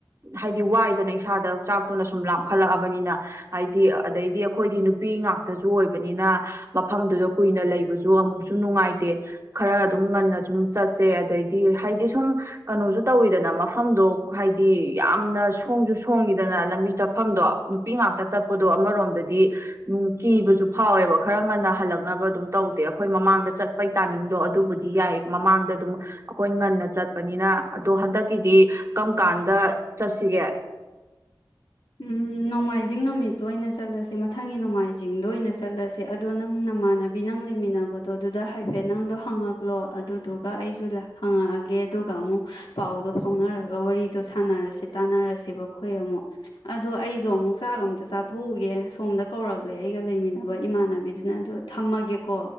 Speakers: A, on the right (about 35°); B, on the left (about 90°).
A: ꯍꯥꯏꯗꯤ ꯋꯥꯏꯗꯅ ꯏꯁꯥꯗ ꯆꯥꯛꯇꯨꯅ ꯁꯨꯝ ꯂꯥꯝꯈꯠꯂꯛꯑꯕꯅꯤꯅ ꯍꯥꯏꯗꯤ ꯑꯗꯩꯗꯤ ꯑꯩꯈꯣꯏꯗꯤ ꯅꯨꯄꯤ ꯉꯥꯛꯇꯁꯨ ꯑꯣꯏꯕꯅꯤꯅ ꯃꯐꯝꯗꯨꯗ ꯀꯨꯏꯅ ꯂꯩꯕꯁꯨ ꯑꯃꯨꯛꯁꯨ ꯅꯨꯡꯉꯥꯏꯇꯦ ꯈꯔ ꯑꯗꯨꯝ ꯉꯟꯅ ꯁꯨꯝ ꯆꯠꯁꯦ ꯑꯗꯩꯗꯤ ꯍꯥꯏꯗꯤ ꯁꯨꯝ ꯀꯩꯅꯣꯁꯨ ꯇꯧꯋꯤꯗꯅ ꯃꯐꯝꯗꯣ ꯍꯥꯏꯗꯤ ꯌꯥꯝꯅ ꯁꯣꯡꯁꯨ ꯁꯣꯡꯉꯤꯗꯅ ꯂꯝꯕꯤ ꯆꯠꯐꯝꯗꯣ ꯅꯨꯄꯤ ꯉꯥꯛꯇ ꯆꯠꯄꯗꯣ ꯑꯃꯔꯣꯝꯗꯗꯤꯝ ꯀꯤꯕꯁꯨ ꯐꯥꯎꯋꯦꯕ ꯈꯔ ꯉꯟꯅ ꯍꯜꯂꯛꯅꯕ ꯑꯗꯨꯝ ꯇꯧꯗꯦ ꯑꯩꯈꯣꯏ ꯃꯃꯥꯡꯗ ꯆꯠꯄꯒꯤ ꯇꯥꯏꯃꯤꯡꯗꯣ ꯑꯗꯨꯕꯨꯗꯤ ꯌꯥꯏ ꯃꯃꯥꯡꯗ ꯑꯗꯨꯝ ꯑꯩꯈꯣꯏ ꯉꯟꯅ ꯆꯠꯄꯅꯤꯅ ꯑꯗꯣ ꯍꯟꯗꯛꯀꯤꯗꯤ ꯀꯔꯝ ꯀꯥꯟꯗ ꯆꯠꯁꯤꯒꯦ
B: ꯎꯝ ꯅꯣꯡꯃꯥꯏꯖꯤꯡ ꯅꯨꯃꯤꯠꯇꯣ ꯑꯣꯏꯅ ꯆꯠꯂꯁꯦ ꯃꯊꯪꯒꯤ ꯅꯣꯡꯃꯥꯏꯖꯤꯡꯗ ꯑꯣꯏꯅ ꯆꯠꯂꯁꯦ ꯑꯗꯣ ꯅꯪ ꯅꯃꯥꯟꯅꯕꯤ ꯅꯪ ꯂꯩꯃꯤꯟꯅꯕꯗꯣ ꯑꯗꯨꯗ ꯍꯥꯏꯐꯦꯠ ꯅꯪꯗꯣ ꯍꯪꯉꯛꯂꯣ ꯑꯗꯨꯗꯨꯒ ꯑꯩꯁꯨ ꯍꯪꯉꯛꯑꯒꯦ ꯑꯗꯨꯒ ꯑꯃꯨꯛ ꯄꯥꯎꯗꯣ ꯐꯥꯎꯅꯔꯒ ꯋꯥꯔꯤꯗꯣ ꯁꯥꯟꯅꯔꯁꯦ ꯇꯥꯟꯅꯔꯁꯦꯕꯈꯣꯏ ꯑꯃꯨꯛ ꯑꯗꯣ ꯑꯩꯗꯣ ꯑꯃꯨꯛ ꯆꯥꯛꯒ ꯑꯝꯇ ꯆꯥꯊꯣꯛꯎꯒꯦ ꯁꯣꯝꯗ ꯀꯧꯔꯛꯂꯦ ꯑꯩꯒ ꯂꯩꯃꯤꯟꯅꯕ ꯏꯃꯥꯟꯅꯕꯤꯗꯨꯅ ꯑꯗꯨꯗꯣ ꯊꯝꯃꯒꯦꯀꯣ